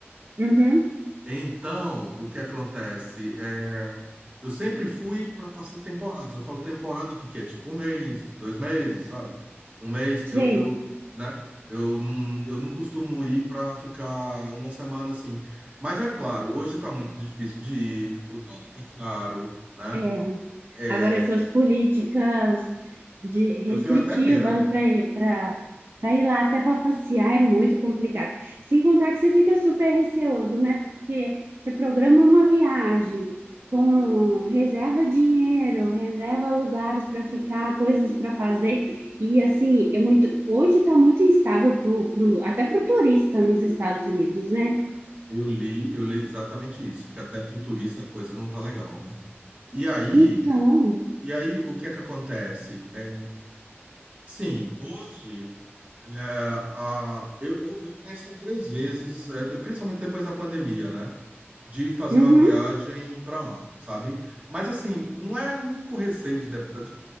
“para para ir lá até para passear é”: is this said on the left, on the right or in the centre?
Right